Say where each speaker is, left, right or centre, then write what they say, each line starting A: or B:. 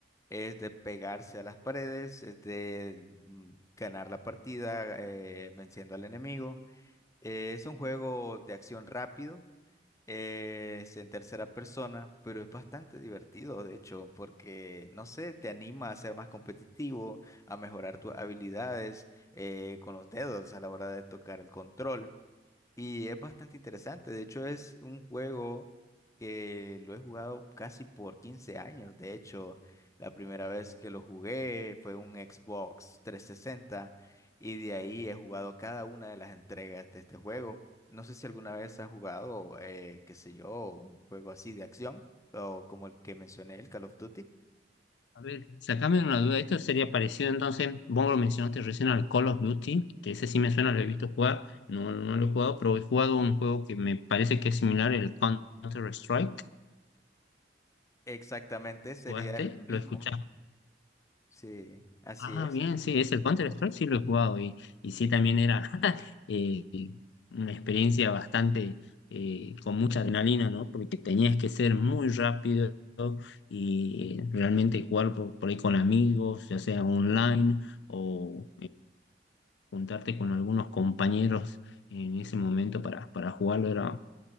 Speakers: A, on the left (about 20°); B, on the left (about 70°).
A: es de pegarse a las paredes, es de mm, ganar la partida eh, venciendo al enemigo. Eh, es un juego de acción rápido, eh, es en tercera persona, pero es bastante divertido, de hecho, porque, no sé, te anima a ser más competitivo, a mejorar tus habilidades eh, con los dedos a la hora de tocar el control. Y es bastante interesante. De hecho, es un juego que lo he jugado casi por 15 años. De hecho, la primera vez que lo jugué fue un Xbox 360 y de ahí he jugado cada una de las entregas de este juego. No sé si alguna vez has jugado, eh, qué sé yo, un juego así de acción o como el que mencioné, el Call of Duty.
B: A ver, sacame una duda. Esto sería parecido entonces, vos lo mencionaste recién al Call of Duty, que ese sí me suena, lo he visto jugar, no, no no lo he jugado, pero he jugado un juego que me parece que es similar, el Counter-Strike.
A: Exactamente, sería
B: ¿Jugaste?
A: el mismo.
B: ¿Lo escuchaste?
A: Sí, así
B: Ah,
A: es.
B: bien, sí, es el Counter-Strike, sí lo he jugado y, y sí también era <laughs> eh, una experiencia bastante eh, con mucha adrenalina, ¿no? Porque tenías que ser muy rápido y eh, realmente jugar por, por ahí con amigos, ya sea online o juntarte con algunos compañeros en ese momento para, para jugarlo era